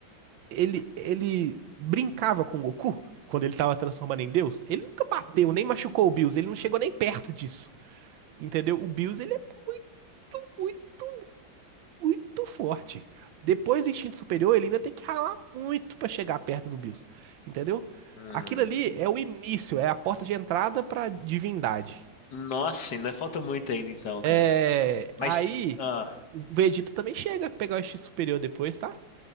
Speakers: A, on the right (about 75°); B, on the left (about 60°).
A: ele, ele brincava com o Goku quando ele tava transformando em Deus? Ele nunca bateu, nem machucou o Bills, ele não chegou nem perto disso. Entendeu? O Bills, ele é muito, muito, muito forte. Depois do instinto superior, ele ainda tem que ralar muito pra chegar perto do Bills. Entendeu?
B: Hum.
A: Aquilo ali é o início, é a porta de entrada pra divindade.
B: Nossa, ainda falta muito ainda, então, cara.
A: É,
B: Mas...
A: aí
B: te- Ah,
A: o Vegeta também chega a pegar o instinto superior depois, tá?